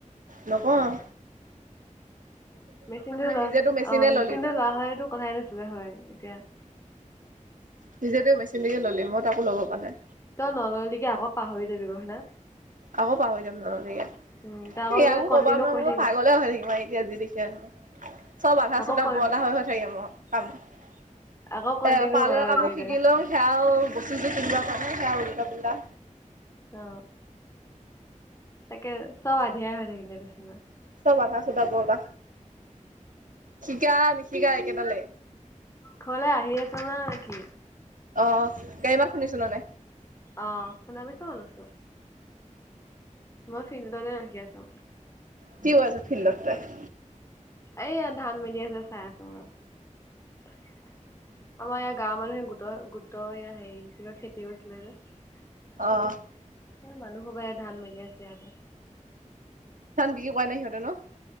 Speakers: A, on the right (about 80°); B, on the left (about 20°).
A: নকওঁ আও।
B: মেচিনটো লোৱা
A: নিজেতো মেচিনে
B: অ মেচিনটো
A: ললি তই
B: লোৱা হয়টো কথাই নাছিলে হয় এতিয়া, <inaudible>
A: নিজেতো মেচিন টোকে ললি মই তাকো ল'ব প পৰা নাই
B: তই নললিগে আকৌ পাহৰি থাকিব হয় না,
A: আকৌ পাহৰি যাম নললিগে,
B: উম,
A: স
B: তই আকৌ যেতিয়া
A: আকো
B: কণ্টিনিউ
A: কবা নোৱাৰো
B: কৰি
A: মোৰ
B: থাকিবি,
A: পাগলে হৈ থাকিম আৰু এতিয়া যি দেখি <unintelligible> চব আধা
B: আকৌ
A: চোধা
B: কন
A: বলা হৈ হৈ থাকি মই কাম <unintelligible>
B: আকৌ কণ্টিনিউ
A: এ পাৰ্লৰ
B: কৰা
A: কামো
B: ভাবি
A: শিকিলো
B: দে
A: সেয়াও বস্তু চষ্টো কিনিব গাওঁ ওলটা পোলটা
B: অ তে চব আধিয়াই হৈ থাকিলে নিছিনা।
A: চব আধা চোধা বৰলা শিকা নিশিকা একেটালৈ
B: ঘৰলে আহি আছ না নে কি
A: অ গাড়ী ইমান শুনিছো নানে।
B: অঁ শুনা পাইছো অলপ মই ফিল্ডতে ৰখি আছো
A: কি কই আছ ফিল্ডত তই <unintelligible>
B: এইয়া ধান মেলি আছে চাই আছো আমাৰ ইয়াৰ গাঁৱৰ মানুহে গোটেই গোট গোটৰয়া হেৰি খেতি কৰিছিলে যে তাৰতে
A: অ
B: স মানুহবাই ধান মেলি আছে ইয়াতে
A: বিকি পোৱা নাই সিহতে ন <unintelligible>